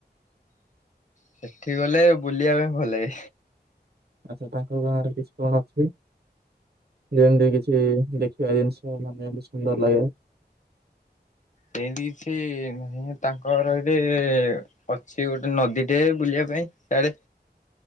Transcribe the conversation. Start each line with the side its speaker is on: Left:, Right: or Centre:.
Left: ସେଠି ଗଲେ ବୁଲିବା ପାଇଁ ଭଲ ଲାଗେ।
Right: ଆଚ୍ଛା ତାଙ୍କ ଗାଁ ରେ କିଛି କଣ ଅଛି? ଯେମତି କିଛି ଦେଖ ସେଆ ଜିନିଷ ମାନେ ସୁନ୍ଦର ଲାଗେ।
Left: ସେମ ସେ ନାଇ ତାଙ୍କର ଏଠ ଅଛି ଗୋଟେ ନଦୀଟେ। ବୁଲିବା ପାଇଁ ଡେ